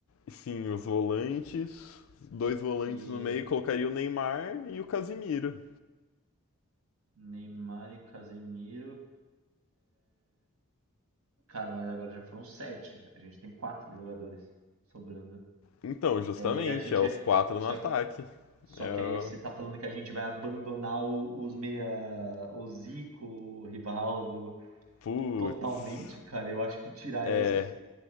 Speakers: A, on the left; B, on the right.
A: sim, os volantes, dois volantes
B: Que
A: no
B: é
A: meio, colocaria o Neymar e o Casimiro.
B: Neymar e Casemiro. Cara, mas agora já foram sete. A gente tem quatro jogadores sobrando.
A: Então, justamente,
B: É, e a gente
A: é os
B: é.
A: quatro
B: Só
A: no ataque.
B: que, só
A: É,
B: que aí você tá falando que a gente vai abandonar o- os meia. O Zico, o Rivaldo.
A: putz.
B: Totalmente, cara. Eu acho que tirar
A: É,
B: esse.